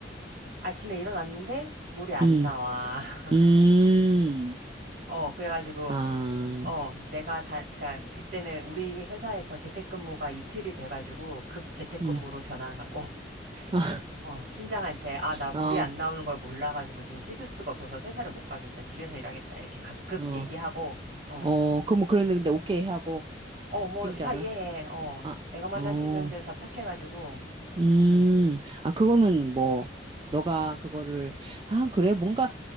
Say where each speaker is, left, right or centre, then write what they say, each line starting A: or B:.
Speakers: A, on the right (about 60°); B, on the right (about 30°).
A: 아침에 일어났는데, 물이 안
B: 음,
A: 나와. <laughs>
B: 음.
A: 어, 그래가지고,
B: 아,
A: 어, 내가 다, 그니까, 그때는 우리 회사에서 재택근무가 이틀이 돼가지고, 급 재택근무로
B: 음.
A: 전환하고, <laughs>
B: 아,
A: 어, 팀장한테, 아, 나 물이
B: 어,
A: 안 나오는 걸 몰라가지고, 지금 씻을 수가 없어서 회사를 못 가겠다. 집에서 일하겠다. 이렇게 갑, 급
B: 어,
A: 얘기하고, 어.
B: 어, 그럼 뭐 그랬는데 오케이 하고
A: 어, 뭐,
B: 팀장은
A: 다 이해해. 어,
B: 아,
A: 내가 만난
B: 어,
A: 팀장들은 다 착해가지고,
B: 음,
A: 음.
B: 아 그거는 뭐 너가 그거를 아 그래 뭔가